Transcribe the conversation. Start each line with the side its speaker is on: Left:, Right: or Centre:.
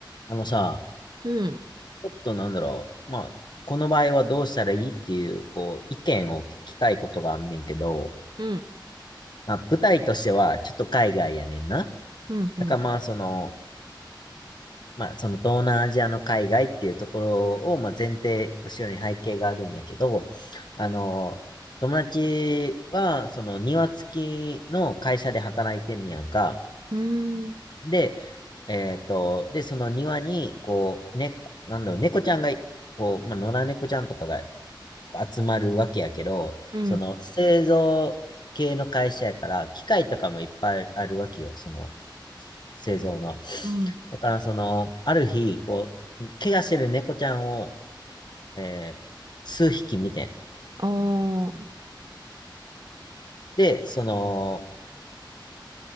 Left: あのさ、
Right: うん、
Left: ちょっとなんだろう。まあ、この場合はどうしたらいいっていう、こう、意見を聞きたいことがあんねんけど、
Right: うん、
Left: まあ、舞台としてはちょっと海外やねんな。
Right: うん、
Left: だからまあ、
Right: うん、
Left: その、まあ、その東南アジアの海外っていうところを、まあ、前提、後ろに背景があるんやけど、あの、友達は、その庭付きの会社で働いてんねやんか。
Right: うん、
Left: で、えっと、で、その庭に、こう、ね、なんだろう、猫ちゃんが、こう、まあ、野良猫ちゃんとかが集まるわけやけど、
Right: うん、
Left: その製造系の会社やから、機械とかもいっぱいあるわけよ、その製造の。
Right: うん、
Left: だからその、ある日、こう、怪我してる猫ちゃんを、えー数匹見て、
Right: ああ、
Left: で、その、